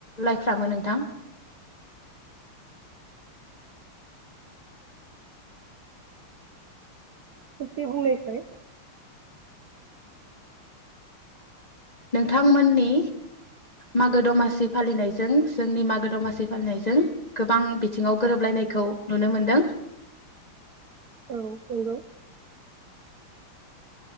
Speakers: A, on the left (about 30°); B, on the right (about 70°).
A: लायफ्रामोन नोंथां
B: खेबसे बुंनायसाय
A: नोंथांमोननि मागो दमासि फालिनायजों जोंनि मागो दमासि फालिनायजों गोबां बिथिङाव गोरोबलायनायखौ नुनो मोनदों।
B: औ नंगौ